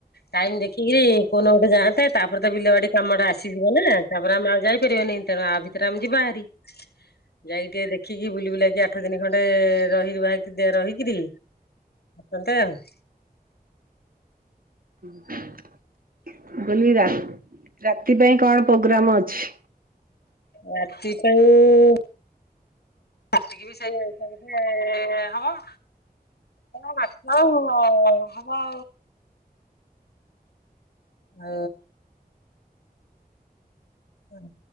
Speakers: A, on the left (about 80°); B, on the right (about 60°).
A: ଟାଇମ ଦେଖିକି କୋଉଦିନ ଗୋଟେ ଯାଆନ୍ତେ ତାପରେ ତ ବିଲ ବାଡି କାମଟା ଆସିଯିବ ନା। ତାପରେ ଆମେ ଆଉ ଯାଇପାରିବାନି ତେଣୁ ଆ ଭିତରେ ଆମେ ଯିବା ଭାରି। ଯାଇ ଟିକେ ଦେଖିକି ବୁଲି ବୁଲାକି ଆଠ ଦିନି ଖଣ୍ଡେ ରହିି <unintelligible> ରହିକି <unintelligible>
B: ମୁଁ କହିଲି ରାତି ପାଇଁ କଣ ପ୍ରୋଗ୍ରାମ ଅଛି?
A: ରାତି ପାଇଁ କଟିକି ବି ସେଇ <unintelligible> ହବ। ହଁ ମାଛ ଆ ମ ହବ ଆ ହ ଅ